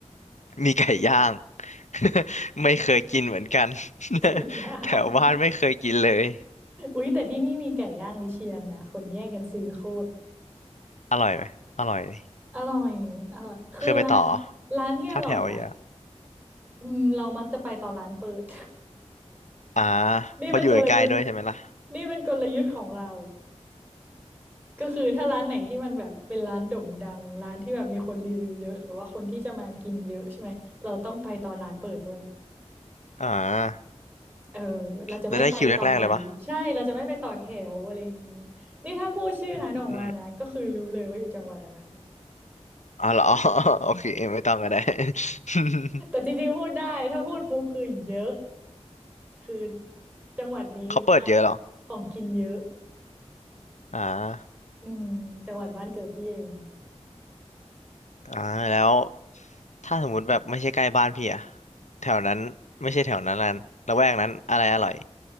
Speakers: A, on the left; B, on the right.
A: มีไก่ย่าง <laughs> ไม่เคยกินเหมือนกัน
B: <laughs>
A: <laughs>
B: ไก่ย่าง
A: แถวบ้านไม่เคยกินเลย
B: อุ๊ยแต่ที่นี่มีไก่ย่างวิเชียรนะคนแย่งกันซื้อโคตร
A: อร่อยไหมอร่อยดิ
B: อร่อยอร่อยคือร้าน
A: เคยไปต่อ
B: ร้านที่อร่อยอ่ะ
A: ถ้าแถวเยอะ
B: อืมเรามักจะไปตอนร้านเปิด
A: อ่า
B: <laughs> นี่เป็นกลยุทธ์
A: เพราะอยู่ใกล้ๆด้วยใช่ไหมล่ะ
B: นี่เป็นกลยุทธ์ของเราก็คือถ้าร้านไหนที่มันแบบเป็นร้านโด่งดังร้านที่แบบมีคนรีวิวเยอะหรือว่าคนที่จะมากินเยอะใช่ไหมเราต้องไปตอนร้านเปิดเว้ย
A: อ่า
B: เออเราจะไม่ไปต่อแถวใช่เราจะไม่ไปต่อแถวอะไรอย่างนี้
A: แล้วได้คิวแรกๆเลยปะ
B: นี่ถ้าพูดชื่อร้านออกมานะก็คือรู้เลยว่าอยู่จังหวัดอะไร
A: อืมอ๋อเหรอ <laughs> โอเคไม่ต้องก็ได้ <laughs>
B: <laughs> แต่จริงๆพูดได้ถ้าพูดปุ๊บคือเยอะคือจังหวัดนี้อ่ะ
A: เขาเปิดเยอะเหรอ
B: ของกินเยอะ
A: อ่า
B: อืมจังหวัดบ้านเกิดพี่เอง
A: อ่าแล้วถ้าสมมุติแบบไม่ใช่ใกล้บ้านพี่อะแถวนั้นไม่ใช่แถวนั้นนั้นละแวกนั้นอะไรอร่อย